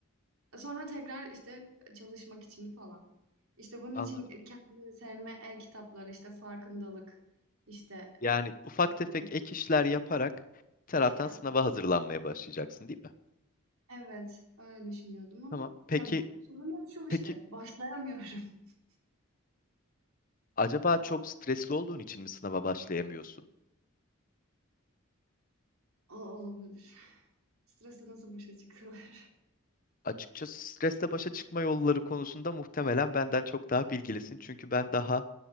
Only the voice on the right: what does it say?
sonra tekrar işte çalışmak için falan. İşte bunun
için kendini sevme e-kitapları işte farkındalık işte
bir
şey yapmak.
Evet öyle düşünüyordum ama
ya sorunum şu işte
başlayamıyorum. <laughs>
O olabilir. Stresle nasıl başa çıkılır?